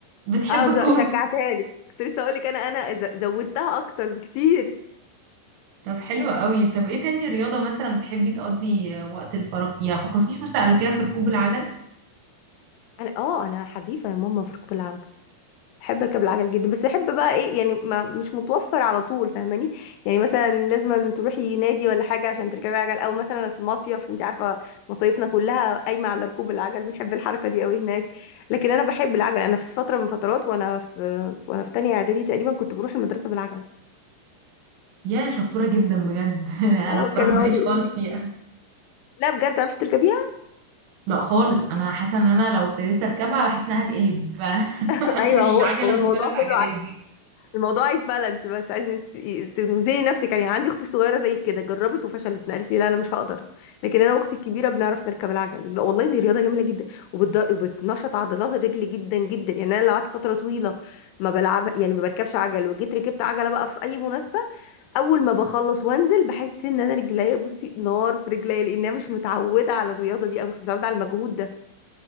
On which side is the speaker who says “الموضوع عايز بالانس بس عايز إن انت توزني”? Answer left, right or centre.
Left